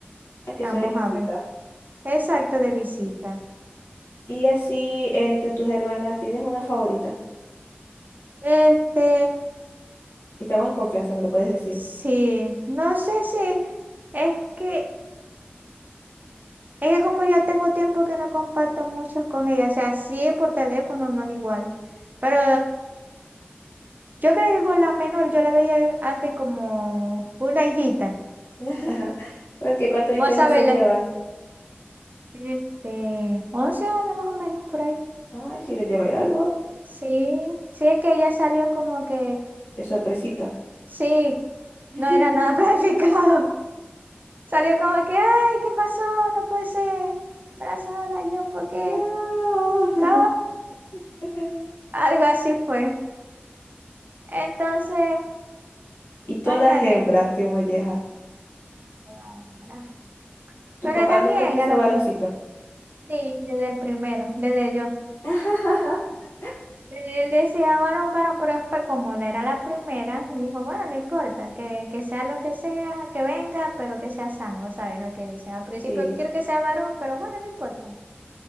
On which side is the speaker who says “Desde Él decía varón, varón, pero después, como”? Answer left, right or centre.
Right